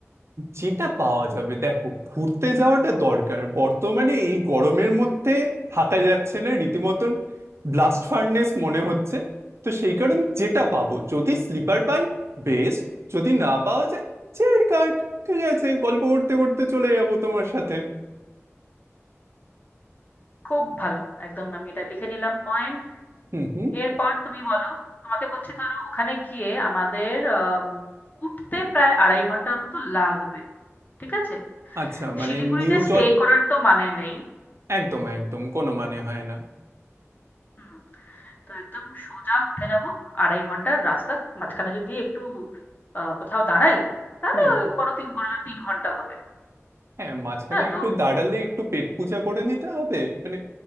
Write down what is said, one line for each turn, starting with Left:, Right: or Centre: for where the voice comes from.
Right: যেটা পাওয়া যাবে দেখো ঘুরতে যাওয়াটা দরকার বর্তমানে এই গরমের মধ্যে থাকা যাচ্ছে না রীতিমতন ব্লাস্ট ফার্নেস মনে হচ্ছে তো সেই কারণে যেটা পাবো যদি স্লিপার পাই বেস্ট যদি না পাওয়া যায় চেয়ার কাট ঠিক আছে গল্প করতে করতে চলে যাবো তোমার সাথে
Left: খুব ভালো একদম আমি এটা লিখে নিলাম পয়েন্ট
Right: হুম হুম
Left: এরপর তুমি বলো তোমাকে বলছি ধরো ওখানে গিয়ে আমাদের আম, উঠতে প্রায় আড়াই ঘন্টার মতো লাগবে ঠিক আছে
Right: আচ্ছা মানে
Left: শিলিগুড়িতে
Right: নিউ
Left: স্টে
Right: জল
Left: করার তো মানে নেই
Right: একদম একদম কোনো মানে হয় না
Left: হুম তো একদম সোজা উঠে যাব আড়াই ঘন্টার রাস্তা মাঝখানে যদি একটু আহ, কোথাও দাঁড়াই তাহলে
Right: হুম
Left: ওই বড় তিন বড় জোর তিন ঘন্টা হবে
Right: হ্যাঁ মাঝখানে
Left: হ্যাঁ তো
Right: একটু দাঁড়ালে একটু পেট পূজা করে নিতে হবে মানে